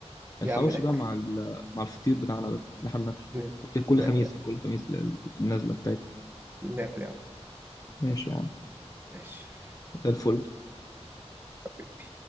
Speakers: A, on the right (about 20°); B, on the left (about 30°).
A: يا
B: الحواوشي
A: عم ناكل
B: بقى مع ال... مع الفطير بتاعنا ده اللي احنا بناكله
A: ناكل
B: كل كل
A: ناكل
B: خميس
A: يا
B: كل خميس ال- النازله بتاعتنا
A: عم ناكل يا عم
B: ماشي يا عم
A: ماشي
B: زي الفل
A: حبيبي.